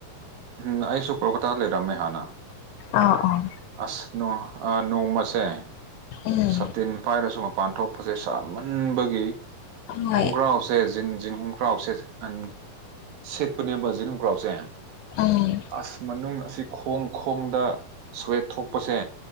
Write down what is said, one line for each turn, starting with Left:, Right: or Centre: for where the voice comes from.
Right: ꯎꯝ ꯑꯩꯁꯨ ꯀꯣꯜꯀꯇꯥꯗ ꯂꯩꯔꯝꯃꯦ ꯍꯥꯟꯅ
Left: ꯑꯥ ꯑꯣ
Right: ꯑꯁ ꯅꯣꯡ ꯑꯥ ꯅꯣꯡꯃꯥꯁꯦ
Left: ꯎꯝ
Right: ꯁꯇꯤꯟ ꯄꯥꯏꯔꯁꯨ ꯃꯄꯥꯟ ꯊꯣꯛꯄꯁꯦ ꯁꯥꯃꯟꯕꯒꯤ
Left: ꯍꯣꯏ
Right: ꯍꯣꯡꯒ꯭ꯔꯥꯎꯁꯦ ꯖꯤꯟ ꯖꯤꯟ ꯍꯣꯡꯀ꯭ꯔꯥꯎꯁꯦ ꯑꯟ ꯁꯤꯠꯄꯅꯦꯕ ꯖꯤꯟ ꯒ꯭ꯔꯥꯎꯁꯦ
Left: ꯎꯝ
Right: ꯑꯁ ꯃꯅꯨꯡ ꯑꯁꯤ ꯈꯣꯡ ꯈꯣꯡꯗ ꯁ꯭ꯋꯦꯠ ꯊꯣꯛꯄꯁꯦ